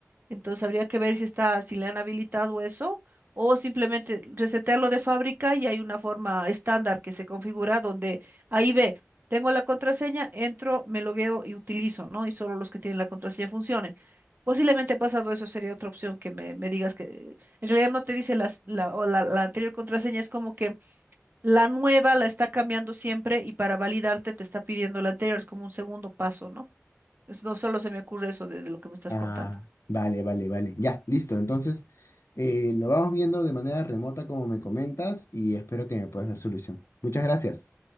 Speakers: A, on the right; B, on the left.
A: Entonces habría que ver si está, si le han habilitado eso o simplemente resetearlo de fábrica y hay una forma estándar que se configura donde ahí ve, tengo la contraseña, entro, me logueo y utilizo, ¿no? Y solo los que tienen la contraseña funcionen. Posiblemente ha pasado eso, sería otra opción que me, me digas que en realidad no te dice las- la, o la, la anterior contraseña, es como que la nueva la está cambiando siempre y para validarte te está pidiendo la anterior, es como un segundo paso, ¿no? Es- no solo se me ocurre eso de de lo que me estás
B: Ah,
A: contando.
B: vale, vale, vale. Ya, listo. Entonces, eh, lo vamos viendo de manera remota como me comentas y espero que me puedas dar solución. Muchas gracias.